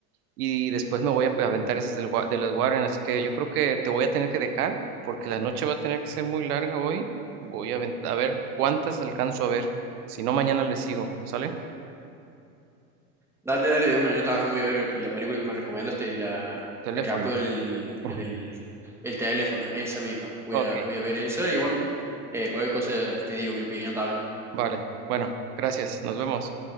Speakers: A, on the right; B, in the centre.
A: y después me voy a aventar esas del Wa- de las Warren. Así que yo creo que te voy a tener que dejar porque la noche va a tener que ser muy larga hoy. Voy a, aven- a ver cuántas alcanzo a ver. Si no, mañana le sigo. ¿Sale?
B: Dale, dale de una. Yo también voy a ver la película que me recomendaste, la,
A: Teléfono.
B: la que actúa el,
A: Ujú.
B: el, el, el teléfono, esa misma. Voy
A: Ok.
B: a, voy a ver esa y bueno, eh, cualquier cosa te digo mi opinión también.
A: Vale. Bueno, gracias. Nos vemos.